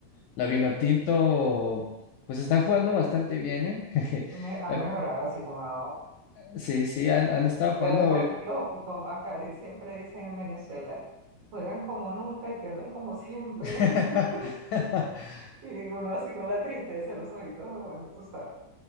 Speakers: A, on the left (about 80°); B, on the right (about 65°).
A: la vino tinto pues están jugando bastante bien, ¿eh? <laughs>
B: me- ha
A: La-
B: mejorado
A: eh,
B: así como no.
A: Sí, sí, han, han estado jugando.
B: Pero de como,
A: eh,
B: lo- como acá di- siempre dicen en Venezuela, juegan como nunca y pierden como siempre.
A: <laughs>
B: <laughs> Y uno así con la tristeza en los ojitos, bueno, tú sabes.